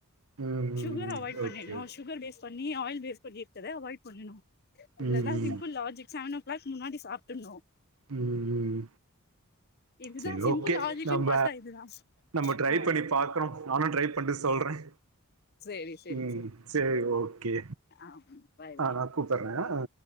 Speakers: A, on the right; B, on the left.
A: ம் ம்
B: சுகர் அவாய்ட் பண்ணிருணு
A: ஓகே
B: சுகர் வேஸ்ட் பண்ணி ஆயில் வேஸ்ட் பண்ணி எடுத்ததே அவாய்ட் பண்ணனு இல்லனா
A: ம் ம்
B: சிம்பிள் லாஜிக் சவனா க்ளாக் முன்னாடி சாப்டணு
A: ம் ம்
B: இதுதா
A: செரி
B: சிம்பிள்
A: ஓகே
B: லாஜிக்குன்
A: நம்ம
B: பாத்தா இதுதா
A: நம்ம ட்ரை
B: ஆ
A: பண்ணி பாக் குறோ நானும் ட்ரை பண்ட்டு சொல்றேன்
B: சேரி சேரி
A: ம்
B: சேரி
A: சேர் ஓகே
B: ஆ பாய் பாய்
A: ஆ நான் கூப்பற ஆ